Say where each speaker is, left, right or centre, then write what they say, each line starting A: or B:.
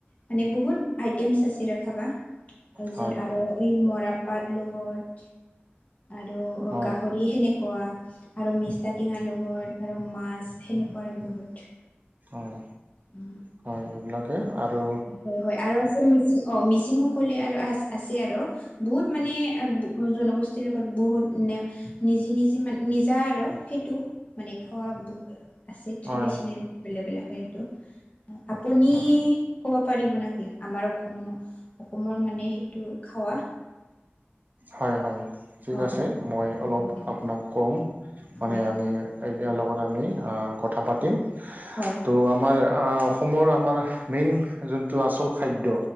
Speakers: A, on the left (about 35°); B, on the right (about 45°).
A: মানে বহুত আইটেমছ আছে ৰখাবা
B: হয়
A: যে আৰু
B: হয়
A: এই মৰপ পাট লগত। আৰু
B: হয়
A: গাহৰি সেনেক ৱা আৰু মেষ্টা টেঙাৰ লগত আৰু মাছ সেনেকুৱা আৰু বহুত।
B: হয়।
A: উম।
B: হয় এইবিলাকে আৰু
A: হয় হয় হয় আৰু আছে মিচিং অ মিচিং সকলে আৰু আ। আছে আৰু বহুত মানে জনগোষ্ঠীৰ লগত বহুত ন নিজি নিজি মান। নিজা আৰু সেইটো মানে খোৱা। আছে ট্ৰেডিচনেল
B: হয়
A: বেলেগ বেলেগ হয় এইটো আপুনি
B: হয়
A: <unintelligible>
B: হয় হয় ঠিক
A: অ
B: আছে
A: অ
B: মই
A: অ
B: অলপ
A: অ দে
B: আপোনাক ক'ম মানে
A: হয়
B: আমি। এইাৰ লগত আমি কথা পাতিম
A: হয়
B: ত' আমাৰ। অসমৰ আমাৰ মেইন যোনটো আচল খাদ্য